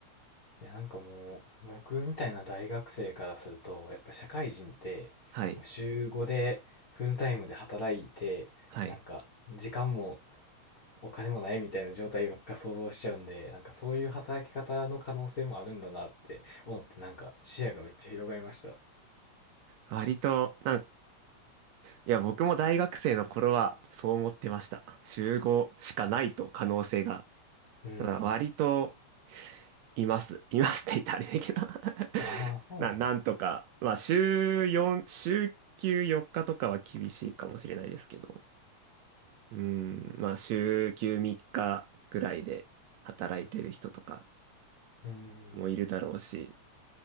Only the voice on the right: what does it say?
はい。
はい。
割と、なんか、いや、僕も大学生の頃はそう思ってました。週5しかないと可能性が。
ただ割といます。いますって言ったらあれだけど
<laughs>
な、なんとか、まあ、週4、週休4日とかは厳しいかもしれないですけど、うん、まあ、週休3日ぐらいで働いてる人とか
もいるだろうし、